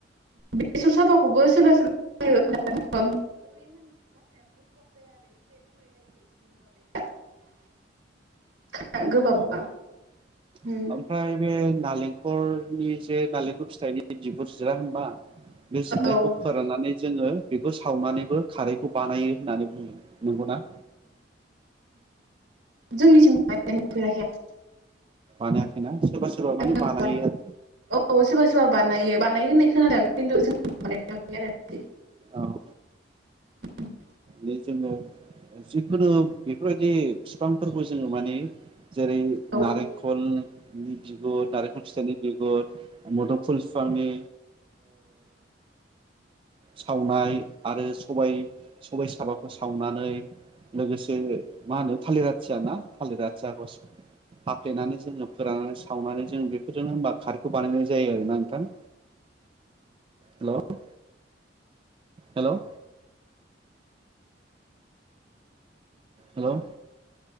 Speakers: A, on the right; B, on the right.
A: बेसर साबाखौबो सोरबा सोरबा <unintelligible> <inaudible> माबाया गोबाबा
B: औ ओमफ्राय
A: औ
B: बे‌ नालें नालेंखरनि जे नालेंखर फिथाइनि बिगुर जिरा होनबा बे जिरनायखौ
A: औ
B: फोराननानै जोङो बेखौ सावनानैबो खारैखौ बानायो होननानै बुङो। नोंगौना।
A: जोंनिथिं नुफेराखै आं।
B: बानायाखैना। सोरबा सोरबा
A: औ
B: माने बानायो आरो
A: सोरबा सोरबा बानायो बानायो होननाय खोनादों खिन्थु जों <inaudible>
B: औ - औ।
A: <inaudible>
B: बे जोङो जिखुनु बेफोर बायदि बिफांफोरखौ जोङो माने। जेरै
A: औ
B: नारेंखल। बिगुर नारेंखल फिथाइनि बिगुर मोदोमफुल बिफांनि सावनाय आरो स'बाय सबाय साबाखौ सावनानै लोगोसे मा होनो थालिर आथिया ना थालिर आथियाखौ हाफ्लेनानै जोङो फोराननानै सावनानै जोङो बेफोरजोंनो बेफोरजोंनो खारैखौ बानायनाय जायो आरोना नोंथां
A: <unintelligible>
B: हेल' हेल' हेल'